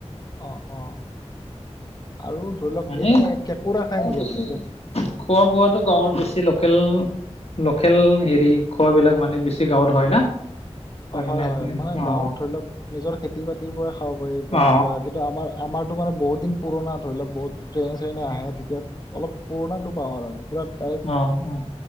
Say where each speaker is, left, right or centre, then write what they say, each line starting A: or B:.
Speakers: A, on the left; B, on the left.
A: অ', অ', আৰু ধৰিলওক
B: মানে
A: কেনে কেঁকোৰা খাই নেকি
B: বেছি
A: আপুনি? কে
B: খোৱা-বোৱাটো গাঁৱৰ বেছি লগ উম, লোকেল হেৰি খোৱাবিলাক মানে বেছি গাঁৱত হ'য় না? তাৰ
A: অ',
B: কাৰণে
A: হয়,
B: আপুনি
A: হয়। মানে
B: অ
A: গাঁৱত ধৰিলওঁক নিজৰ খেতি -বাতিৰ পৰা খাব পাৰি বা
B: অ
A: এনেকুৱা কিন্তু আমাৰ আমাৰটো মানে বহুতদিন পুৰণা ধৰিলওঁক, বহুত ট্ৰেইনে-চেইনে আহে তেতিয়া অলপ পুৰণাটো পাওঁ আৰু আমি। পুৰণ্‌
B: অ', অ'।